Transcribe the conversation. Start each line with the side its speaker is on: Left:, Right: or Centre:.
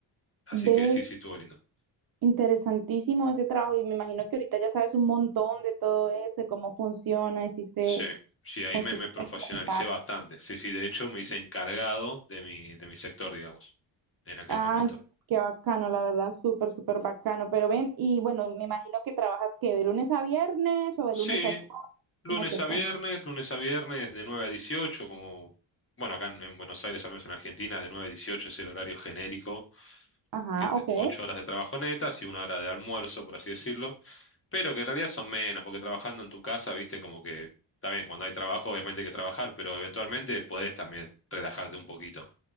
Left: Así
Right: ve,
Left: que sí, sí, estuvo lindo.
Right: interesantísimo ese trabajo y me imagino que ahorita ya sabes un montón de todo eso, de cómo funciona, hiciste
Left: Sí, sí, ahí
Right: muchísimos
Left: me, me profesionalicé
Right: contactos.
Left: bastante. Sí, sí, de hecho me hice encargado de mi, de mi sector, digamos, en aquel
Right: Ay,
Left: momento.
Right: qué bacano, la verdad, súper, súper bacano. Pero ven, y bueno, me imagino que trabajas que de lunes a viernes o de
Left: Sí,
Right: lunes a sábado,
Left: lunes
Right: ¿cómo es eso?
Left: a viernes, lunes a viernes de 9 a 18, como, bueno, acá en, en Buenos Aires, al menos en Argentina, de nueve a dieciocho es el horario genérico,
Right: Ajá,
Left: que te,
Right: ok.
Left: 8 horas de trabajo netas y una hora de almuerzo, por así decirlo, pero que en realidad son menos, porque trabajando en tu casa, viste, como que, está bien, cuando hay trabajo obviamente hay que trabajar, pero eventualmente podés también relajarte un poquito.